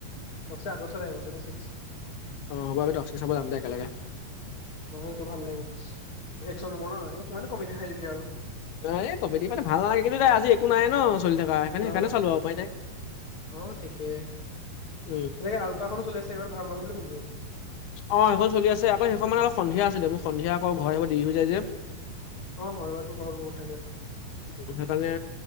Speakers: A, on the left; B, on the left.
A: টক্সিক আগষ্ট আহিব, টুৱেটি ছিক্স।
B: অ' হ'ব আমি টক্সিক চাব যাম দে একেলগে।
A: অ, সেইটো ভাল লাগিব। একচন হ'ব ন, এই কিমাননো কমিডিত হাহিবি আৰু।
B: এ এই কমেডি মানে ভাল নালাগে। কিন্তু এতিয়া আজি একো নাই ন চলি থকা। সেইকাৰণে-সেইকাৰণে
A: অ
B: চালো আৰু উপায় নাই।
A: অ' ঠিকেই,
B: উম,
A: যেনেকে আলফা খনো চলি আছে, ইমান ভাল নহ'ব বুলি শুনিছো।
B: অ, সেইখন চলি আছে, আকৌ সেইখন মানে অলপ সন্ধিয়া আছিলে, মোৰ সন্ধিয়া আকৌ ঘৰ আহিব দেৰি হৈ যায় যে।
A: অ' হয় বাৰু, তোৰ ঘৰ বহুত থাকে।
B: উম' সেইকাৰণে